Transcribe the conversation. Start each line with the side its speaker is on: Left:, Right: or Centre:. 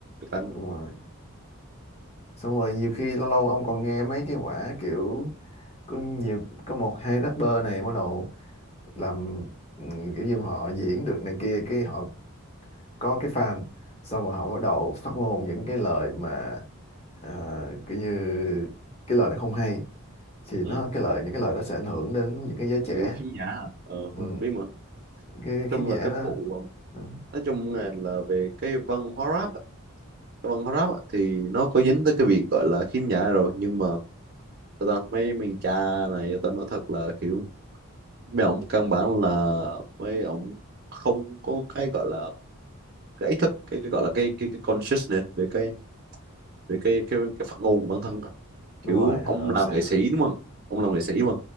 Right: tăng
Left: đúng rồi xong rồi nhiều khi lâu lâu ông còn nghe mấy cái quả kiểu có nhiều có một hai rapper này bắt đầu làm ừ, kiểu như họ diễn được này kia cái họ có cái fan xong rồi họ bắt đầu phát ngôn những cái lời mà à, kiểu như cái lời nó không hay thì nó
Right: ừ.
Left: cái lời những cái lời đó sẽ ảnh hưởng đến những cái giới trẻ
Right: kiểu khiếm nhã à. ờ,
Left: ừ,
Right: biết mà
Left: cái
Right: trong
Left: khiếm nhã
Right: là các
Left: đó
Right: vụ um,
Left: Ừ,
Right: nói chung là, là về cái văn hóa rap á, cái văn hóa rap á, thì nó có dính tới cái việc gọi là khiếm nhã rồi nhưng mà tao ta, mấy mình cha này tao nói thật là kiểu mấy ổng căn bản là mấy ổng không có cái gọi là cái ý thức cái, cái gọi là cái cái, cái consciousness về cái về cái cái cái phát ngôn của bản thân á.
Left: đúng
Right: kiểu
Left: rồi
Right: ông
Left: ờ,
Right: làm
Left: sẽ
Right: nghệ sĩ đúng không ông làm nghệ sĩ mà